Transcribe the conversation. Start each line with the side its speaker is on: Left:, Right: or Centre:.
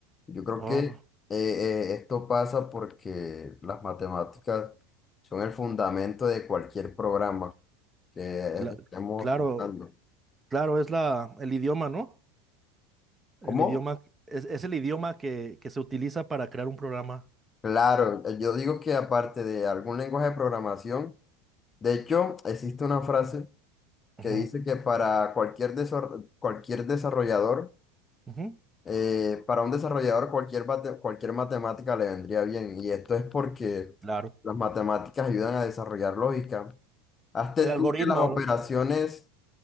Left: Yo creo
Right: Oh,
Left: que eh, eh, esto pasa porque las matemáticas son el fundamento de cualquier programa. que
Right: cla-
Left: estemos
Right: claro,
Left: usando.
Right: claro, es la, el idioma, ¿no?
Left: ¿Cómo?
Right: El idioma, es, es el idioma que, que se utiliza para crear un programa.
Left: Claro, eh, yo digo que aparte de algún lenguaje de programación, de hecho, existe una frase que
Right: Ujú,
Left: dice que para cualquier, desor- cualquier desarrollador,
Right: ujú,
Left: eh, para un desarrollador cualquier, mate- cualquier matemática le vendría bien. Y esto es porque
Right: claro.
Left: las matemáticas ayudan a desarrollar lógica. Hazte
Right: El algoritmo,
Left: tú que las operaciones,
Right: lo-